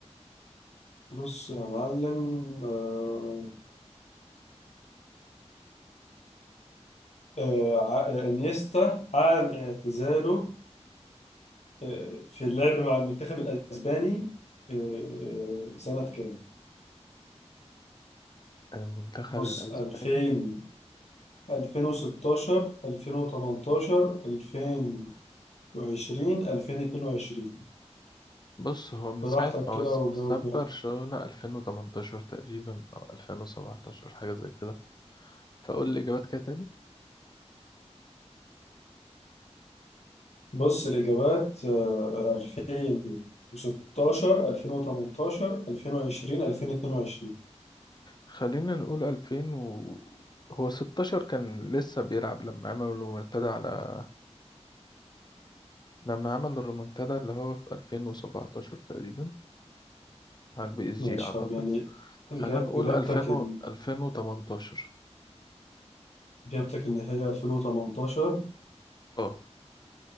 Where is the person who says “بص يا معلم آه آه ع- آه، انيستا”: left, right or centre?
Left